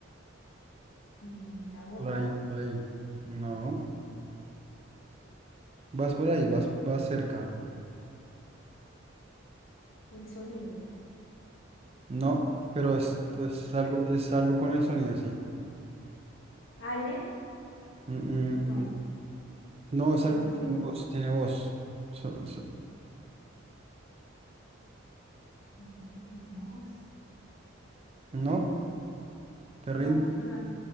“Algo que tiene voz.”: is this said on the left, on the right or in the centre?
Left